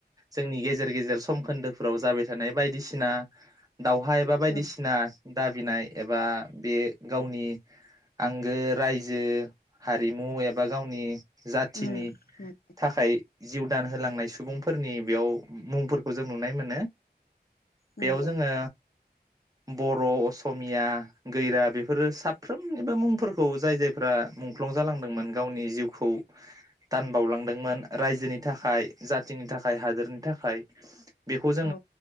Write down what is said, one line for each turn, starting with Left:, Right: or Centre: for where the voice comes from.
Right: जोंनि गेजेर गेजेर सम खोन्दोफोराव जाबाय थानाय बायदिसिना दावहा एबा
Left: औ
Right: बायदिसिना दाबिनाय एबा बे गावनि आंगो रायजो हारिमु एबा गावनि जाथिनि
Left: उम
Right: थाखाय जिउ दान होलांनाय सुबुंफोरनि बेयाव मुंफोरखौ जों नुनाय मोनो।
Left: नंगौ
Right: बेयाव जोङो बर असमिया गोरिया बेफोरो साफ्रोमनिबो मुंफोरखौ जाय जायफ्रा मुंख्लं जालांदोंमोन गावनि जिउखौ दानबावलांदोंमोन रायजोनि थाखाय जाथिनि थाखाय हादोरनि थाखाय बेखौ
Left: औ